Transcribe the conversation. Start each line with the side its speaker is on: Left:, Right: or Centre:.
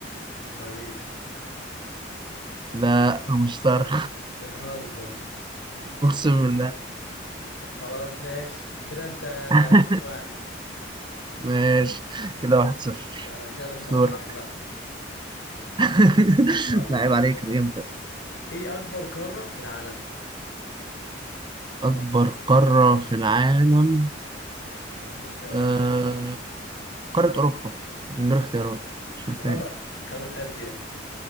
Left: المريخ
Right: لا المشتري
Left: بتهزر
Right: <laughs> أقسم بالله
Left: خلاص ماشي كده أنت
Right: <laughs>
Left: ليك واحد
Right: ماشي كده واحد صفر
Left: لا أنا كده لازم أوقعك
Right: دور
Left: بقى
Right: <laughs>
Left: طيب
Right: لا عيب عليك أنا جامد أصلاً.
Left: إيه أكبر قارة في العالم
Right: أكبر قارة في العالم
Left: اه اديك اختيارات
Right: آه، قارة أوروبا من غير اختيارات مش محتاج
Left: غلط قارة آسيا